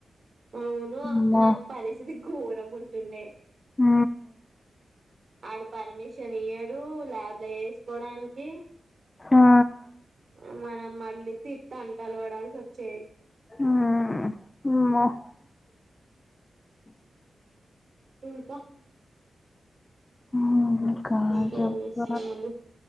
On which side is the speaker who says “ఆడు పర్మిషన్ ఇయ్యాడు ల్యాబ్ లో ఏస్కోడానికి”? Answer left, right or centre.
Right